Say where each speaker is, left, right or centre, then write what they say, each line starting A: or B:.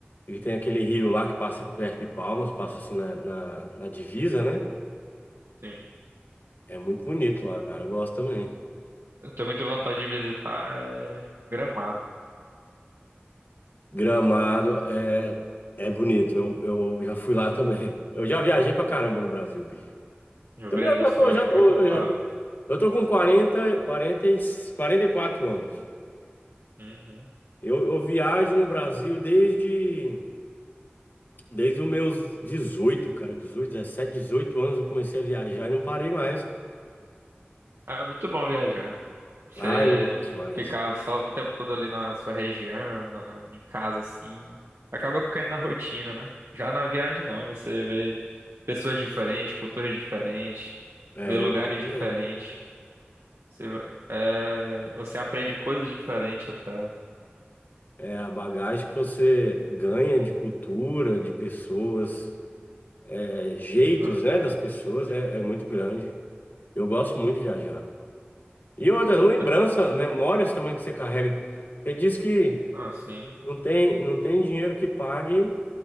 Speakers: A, on the left; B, on the right.
A: E tem aquele rio lá que passa perto de Palmas, passa assim na, na, na divisa, né?
B: sim.
A: É muito bonito lá, cara, eu gosto também.
B: Eu tenho muita vontade de visitar é, Gramado,
A: Gramado é, é bonito. Eu, eu já fui lá também. Eu já viajei pra caramba no Brasil, bicho.
B: Rio
A: Também
B: Grande
A: eu
B: do
A: já
B: Sul,
A: tô,
B: acho
A: já tô,
B: muito da
A: eu já
B: hora.
A: tô. Eu tô com quarenta quarenta e- 44 anos.
B: Uhum.
A: Eu, eu viajo no Brasil desde, desde os meus 18 cara. dezoito dezessete 18 anos eu comecei a viajar e não parei mais.
B: É muito bom viajar. Você
A: Ah, eu É. gosto demais.
B: ficar só o tempo todo ali na sua região, na- em casa, assim, acaba caindo na rotina, né? Já na viagem, não, você vê pessoas diferentes, culturas diferentes,
A: É,
B: vê lugares
A: exatamente.
B: diferentes. Você, va- é, você aprende coisas diferentes até.
A: É a bagagem que você ganha de cultura, de pessoas, é, jeitos,
B: né?
A: né, das pessoas é é muito grande. Eu gosto muito de viajar. E outras
B: É Outra,
A: lembranças, memórias também que você carrega. Você diz que
B: ah, sim,
A: não tem, não tem dinheiro que pague